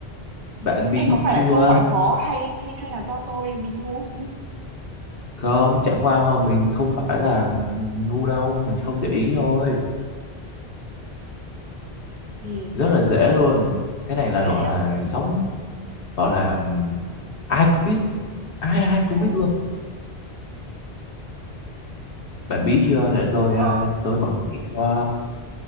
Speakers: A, on the left; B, on the right.
A: bạn bí
B: Ê, có phải
A: chưa
B: là câu hỏi khó hay hay hay là do tôi bị ngu
A: không chẳng qua mà mình không phải là ngu đâu mình không để ý thôi
B: ừ.
A: rất là dễ luôn cái này là
B: dễ
A: gọi là sống gọi là ai cũng biết ai ai cũng
B: Hay-
A: biết luôn Bạn biết chưa? Để tôi
B: Ờ,
A: ờ, tôi bật mí cho